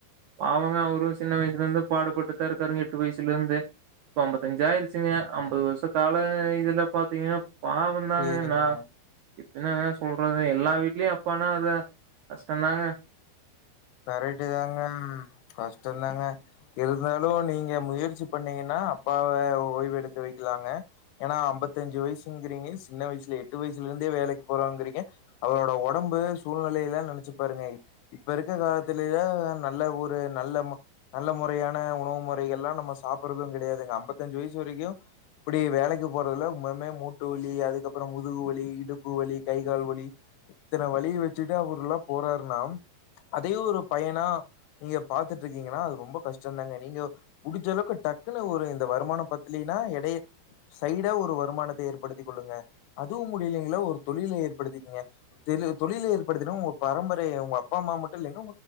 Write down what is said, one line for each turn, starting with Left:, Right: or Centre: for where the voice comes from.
Right: பாவங்க அவ சின்ன வயசுல இருந்து பாடுபட்டுதா இருக்காருங்க எட்டு வயசுல இருந்து இப்ப அம்பத்தஞ்சு ஆயிருச்சுங்க அம்பது வருஷ கால இதுல பாத்தீங்கன்னா இருந்தாங்கனா
Left: சேரிங்க
Right: என்னங்க சொல்றது எல்லா வீட்லயு அப்பானா அதுதா கஷ்டம்தாங்க
Left: கரைட்டுதாங்க கஷ்டம்தாங்க இருந்தாலு நீங்க முயற்சி பண்ணீங்கன்னா அப்பாவ ஓய்வு எடுக்க வைக்கலாங்க ஏன்னா அம்பத்தஞ்சு வயசுங்கிறீங்க சின்ன வயசுல எட்டு வயசுல இருந்தே வேலைக்கு போறாங்கிறீங்க அவரோட உடம்பு சூழ்நிலை எல்லா நெனச்சு பாருங்க இப்ப இருக் க்க காலத்துலையா நல்ல ஊரு நல்ல ம நல்ல முறையான உணவு முறைகள்லா நம்ம சாப்புட்றது கிடையாதுங்க ஐம்பத்தஞ்சு வயசு வரைக்கும் இப்படி வேலைக்கு போறதுல மமே மூட்டு வலி அதுக்கப்புறம் முதுகு வலி இடுப்பு வலி கை கால் வலி இத்தனை வலி வச்சுட்டு அவருலாம் போறாருனா அதையே ஒரு பயனா நீங்க பாத்துட்டு இருக்கீங்கன்னா அது ரொம்ப கஷ்டம்தாங்க நீங்க முடிஞ்ச அளவுக்கு டக்குன்னு ஒரு இந்த வருமானம் பத்துலன்னா இடைய சைடா ஒரு வருமானத்த ஏற்படுத்தி கொள்ளுங்க அதுவும் முடியலைங்களா ஒரு தொழில ஏற்படுத்திக்கிங்க தொழில ஏற்படுத்தினா உங்க பரம்பரைய உங்க அப்பா அம்மா மட்டும் இல்லங்க